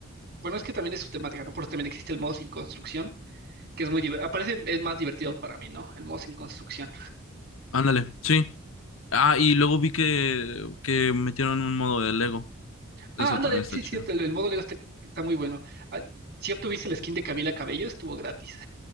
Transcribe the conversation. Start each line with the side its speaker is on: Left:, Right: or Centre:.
Right: bueno, es que también es su temática, ¿no? Por eso también existe el modo sin construcción, que es muy divertido, aparece, es más divertido para mí, ¿no? El modo sin construcción.
Left: Ándale, sí. Ah, y luego vi que, que metieron un modo de Lego. Eso
Right: Ah, ándale,
Left: también está
Right: sí, es
Left: chido.
Right: cierto, el, el modo Lego está, está muy bueno. Ah, si obtuviste el skin de Camila Cabello, estuvo gratis.